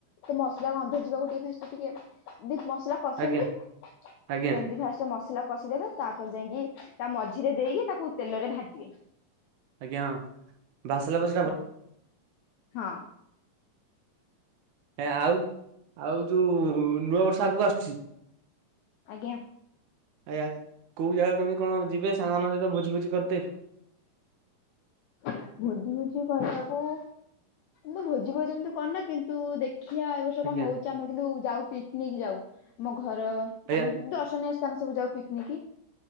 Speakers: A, on the left; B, on the right.
A: ତ ମସଲା ଗନ୍ଧ ଯିବାକୁ ଟିକେ ଫାଷ୍ଟ ଟିକି କିଏ ଯେହେତୁ ମସଲା। କଷନ୍ତି
B: ଆଜ୍ଞା ଆଜ୍ଞା
A: ସେମତି ଫାଷ୍ଟ ମସଲା କଷିଦେବେ। ତାପରେ ଯାଇଁକି ତା ମଝିରେ ଦେଇକି ତାକୁ ତେଲରେ ଭାଜିବେ।
B: ଆଜ୍ଞା ହଁ। ବାସିଲା ବଳ
A: ହଁ ହଁ।
B: ହେ ଆଉ ଆଉ ଯୋଉ ନୂଆବର୍ଷ ଆଗୁକୁ ଆସୁଛି।
A: ଆଜ୍ଞା।
B: ଆଜ୍ଞା କୋଉ ଜାଗା କେମିତି କଣ ଯିବେ ସାଙ୍ଗମାନଙ୍କ ସହିତ ଭୋଜି ଫୋଜି କରିଦେ?
A: ଭୋଜି ଫୋଜି କରିବାକୁ। ମୁଁ ଭୋଜି ଭୋଜି ଏମିତି କରେନା କିନ୍ତୁ ଦେଖିଆ ଏଇ ବ ର୍ଷ
B: ଆଜ୍ଞା
A: କଣ ହଉଛି ଆମର କିନ୍ତୁ ଯାଉ ପିକନିକ ଯାଉ ଆମ ଘର
B: ଆଜ୍ଞା।
A: ଆମେ ଦର୍ଶନୀୟ ସ୍ଥାନ ସବୁ ଯାଉ ପିକନିକି।